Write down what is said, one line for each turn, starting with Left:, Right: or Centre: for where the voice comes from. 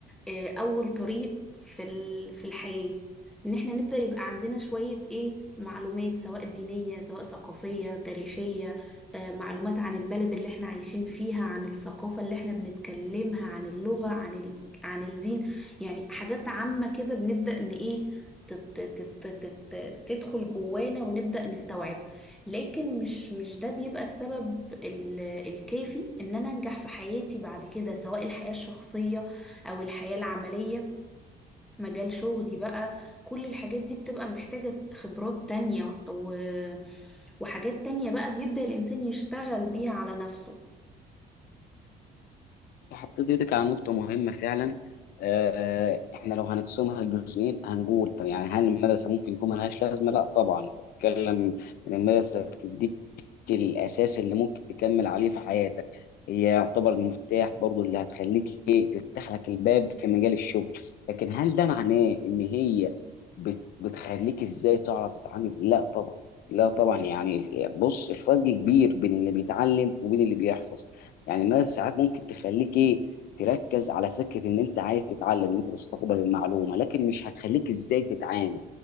Centre: آه، اول طريق في ال- في الحياة ان احنا نبدأ يبقى عندنا شوية ايه معلومات سواء دينية سواء ثقافية تاريخية آه، معلومات عن البلد اللي احنا عايشين فيها عن الثقافة اللي احنا بنتكلمها عن اللغة عن ال... عن الدين يعني حاجات عامة كده بنبدأ ان ايه تت- تت- تت- تت- تدخل جوانا ونبدأ نستوعب لكن مش مش ده بيبقى السبب ال- الكافي ان انا انجح في حياتي بعد كده سواء الحياة الشخصية او الحياة العملية مجال شغلي بقى كل الحاجات دي بتبقى محتاجة خبرات تانية و... وحاجات تانية بقى بيبدأ الانسان يشتغل بيها على نفسه
Left: انت حطيت ايدك على نقطه مهمه فعلا آه، احنا لو هنقسمها لجزئين هنقول طب يعني هل المدرسه ممكن يكون ملهاش لازمه؟ لا طبعا تتكلم ان المدرسه بتديك الأساس اللي ممكن تكمل عليه في حياتك هي يعتبر المفتاح برضو اللي هتخليك إيه تفتح لك الباب في مجال الشغل لكن هل ده معناه إن هي بت- بتخليك إزاي تعرف تتعامل لا طبعا لا طبعا يعني بص الفرق كبير بين اللي بيتعلم وبين اللي بيحفظ يعني مثلا ساعات ممكن تخليك إيه تركز على فكرة إن أنت عايز تتعلم إن أنت تستقبل المعلومة لكن مش هتخليك إزاي تتعامل